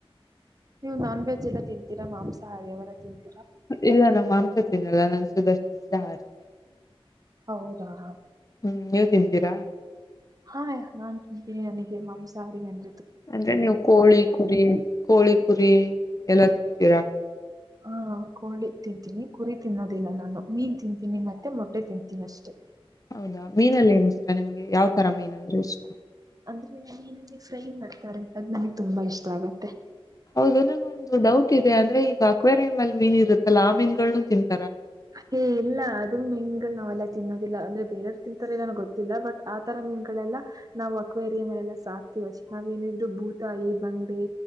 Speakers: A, on the right; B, on the left.
A: ನೀವು ನಾನ್ ವೆಜ್ ಎಲ್ಲ ತಿಂತೀರಾ ಮಾಂಸಾಹಾರಿ ಅವೆಲ್ಲ ತಿೀರ
B: ಇಲ್ಲ ನಮ್ಮ ಸಿನಾರಾಯಣ ಸ ದಶಸಹಾರಿ
A: ಹೌದಾ ಹ
B: ಹ್ಮ್ ನೀವ ತಿಂತೀರಾ
A: ಹಾ ನಾನ್ ತಿಿದ್ದೀನಿ ನನಗೆ ಮಾಂಸಾರಿ ಅನ್
B: ಅಂದ್ರೆ ನೀವು ಕೋಳಿ ಕುರಿ ಕೋಳಿ ಪುರಿ ಎಲ್ಲಾ ತಿಂತೀರಾ
A: ಹಾ ಕೋಳಿ ತಿಂತೀನಿ ಕುರಿ ತಿನ್ನೋದಿಲ್ಲ ನಾನು ಮೀನ್ ತಿಂತೀನಿ ಮತ್ತೆ ಮೊಟ್ಟೆ ತಿಂತೀನಿ ಅಷ್ಟೇ
B: ಹೌದಾ ಮೀನಲ್ಲ ಏನ ಇಷ್ಟ ನಿಮ್ದ ಯಾವ ತರ ಮೀನ್ ಅಂದ್ರೆ ಇಷ್ಟ
A: ಅಂದ್ರೆ ಫ್ರೈ ಮಾಡ್ತಾರೆ ಅದು ನನಗೆ ತುಂಬಾ ಇಷ್ಟ ಆಗುತ್ತೆ
B: ಹೌದು ನಂಗೊಂದು ಡೌಟ್ ಇದೆ ಅಂದ್ರೆ ಈಗ ಅಕ್ವೆೇರಿಯ್ ಅಲ್ಲಿ ಮೀನ್ ಇರುತ್ತಲ್ಲಾ ಆ ಮೀನ್ಗಳ್ನು ತಿಂತ
A: ಹೇ ಇಲ್ಲ ಅದು ಮೆನ್ ನಾವೆಲ್ಲ ತಿನ್ನೋದಿಲ್ಲ ಅಂದ್ರೆ ಬೇರೆಯವರು ತಿಂತಾರೆ ನನಗೆ ಗೊತ್ತಿಲ್ಲ ಬಟ್ ಆ ತರ ಮೀನ್ಗಳೆಲ್ಲ ನಾವು ಅಕ್ವೆೇರಿಯ ಮೇಲೆಲ್ಲಾ ಸಾಕ- ವಶ ನಾವೇಏನಿದ್ರು ಬೂತಾಯಿ ಬಂಗಡೆ